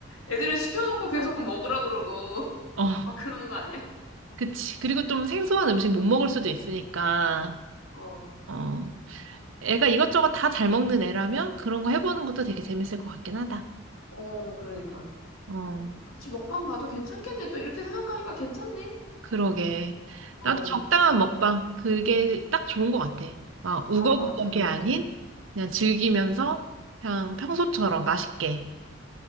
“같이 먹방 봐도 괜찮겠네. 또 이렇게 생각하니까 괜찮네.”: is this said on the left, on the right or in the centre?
Left